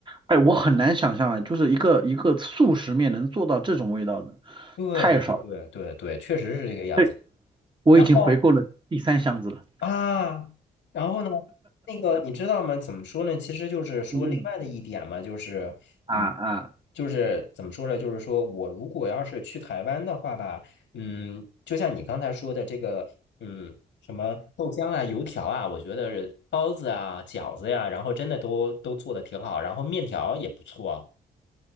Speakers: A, on the right; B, on the left.
A: 哎，我很难想象啊，就是一个一个速食面能做到这种味道的，
B: 对对对对对，
A: 太少了。
B: 确实是这个样子。
A: 对，我已经回购了第三箱子了。
B: 然后啊，然后呢，那个你知道吗？怎么说呢？其实就是说另外的一点嘛，
A: 嗯嗯。
B: 就是嗯，
A: 啊啊
B: 就是怎么说呢？就是说我如果要是去台湾的话吧，嗯，就像你刚才说的这个，嗯，什么豆浆啊、油条啊，我觉得包子啊、饺子呀、然后真的都都做的挺好，然后面条也不错，